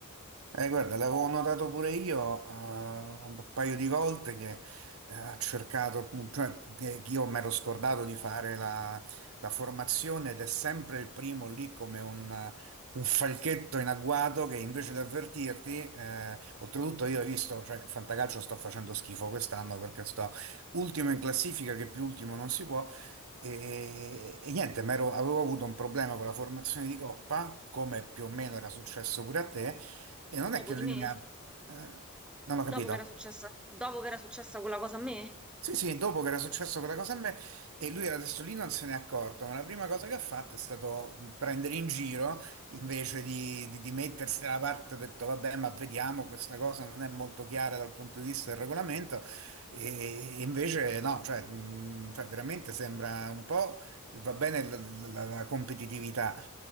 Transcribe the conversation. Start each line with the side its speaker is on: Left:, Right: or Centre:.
Right: Eh, guarda, l'avevo notato pure io eh, un paio di volte che eh, ha cercato, mm, cioè eh, che io mi ero scordato di fare la, la formazione ed è sempre il primo lì come un, un falchetto in agguato che invece di avvertirti, eh, oltretutto io ho visto, cioè il fantacalcio sto facendo schifo quest'anno perché sto ultimo in classifica, che più ultimo non si può. E, e niente, m'ero- avevo avuto un problema con la formazione di coppa, come più o meno era successo pure a te, e non
Centre: Dopo
Right: è che
Centre: di
Right: lui
Centre: me?
Right: mi ha... eh, non ho
Centre: Dopo
Right: capito.
Centre: che era successa, dopo che era successa quella cosa a me?
Right: Sì, sì, dopo che era successo quella cosa a me e lui era adesso lì non se n'è accorto, ma la prima cosa che ha fatto è stato prendere in giro invece di, di- di mettersi dalla parte, ha detto vabbè, ma vediamo, questa cosa non è molto chiara dal punto di vista del regolamento e, e invece no, cioè, mh, cioè, veramente sembra un po', va bene la, la- la- la competitività,